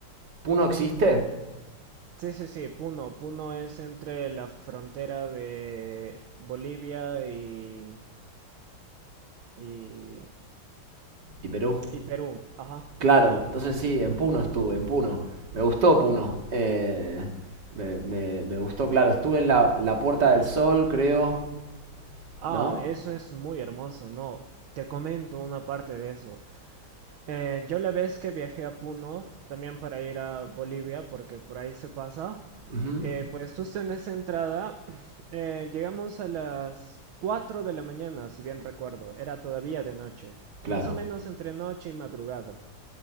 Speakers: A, on the right; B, on the right.
A: ¿Puno existe?
B: eh, sí, sí, sí, Puno. Puno es entre la frontera de Bolivia y, y,
A: ¿Y Perú?
B: y Perú. Ajá,
A: Claro,
B: Puno.
A: entonces sí, en Puno estuve, en Puno. Me gustó Puno. eh, me, me- me gustó, claro. Estuve en la, la Puerta del Sol, creo,
B: Ah,
A: ¿no?
B: eso es muy hermoso, no, te comento una parte de eso. Eh, yo la vez que viajé a Puno, también para ir a Bolivia, porque por ahí se pasa,
A: Ujú,
B: eh, pues justo en esa entrada <clears throat> eh, llegamos a las 4 de la mañana, si bien recuerdo, era todavía de noche,
A: Claro,
B: más o menos entre noche y madrugada,